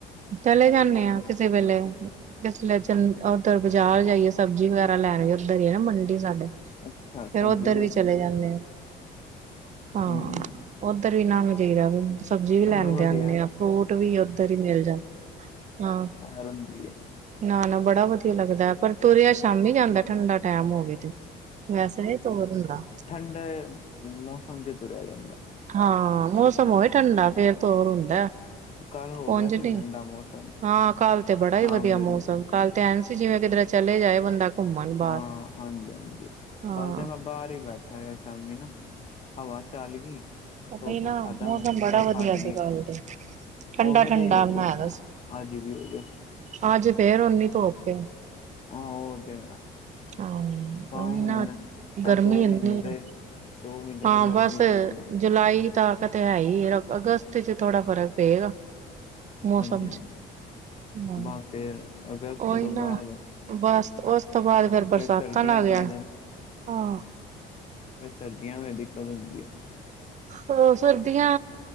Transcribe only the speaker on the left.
ਅੱਛਾ ਸਬਜ਼ੀ
ਹੀ।
ਹੂੰ
ਚਲੋ
ਵਧੀਆ
ਹੈ।
ਅਰੁਣ ਦੀ ਹੈ।
ਠੰਡ ਮੌਸਮ ਚੇ ਤੁਰਿਆ ਜਾਂਦਾ
ਕੱਲ ਹੋ ਗਿਆ
ਸੀ
ਠੰਡਾ ਮੌਸਮ
ਸ਼ਾਮ
ਵੇਲੇ
ਹਾਂ ਹਾਂਜੀ ਹਾਂਜੀ
ਕੱਲ ਤੇ ਮੈਂ ਬਾਹਰ ਹੀ ਬੈਠਾ ਹਾਂ ਸ਼ਾਮੀ ਨਾ ਹਵਾ ਚੱਲ ਗਈ
ਹੁਕਮ
ਸਾਡਾ
ਹੁਣ ਧੁੱਪ
ਹਟ ਗਈ
ਉਵੇਂ ਦਾ ਹੋਇਆ
ਜੇ
ਅੱਜ ਵੀ ਹੋ ਜੇ
ਹੁਣ ਉਹ ਤੇ ਆ
ਤਾਂ
ਹੁਣ
ਇਹ ਦੋ
ਮਹੀਨੇ ਦੇ
ਦੋ ਮਹੀਨੇ
ਤਾਂ ਗਰਮੀ
ਦੇ ਹੀ ਹੈ।
ਹਾਂਜੀ ਹਾਂਜੀ
ਬਸ ਫੇਰ ਅਗਸਤ
ਤੋਂ
ਬਾਅਦ
ਫੇਰ
ਸਰਦੀਆਂ
ਪੈ
ਫਿਰ ਸਰਦੀਆਂ ਮ ਦਿੱਕਤ ਹੁੰਦੀ ਹੈ।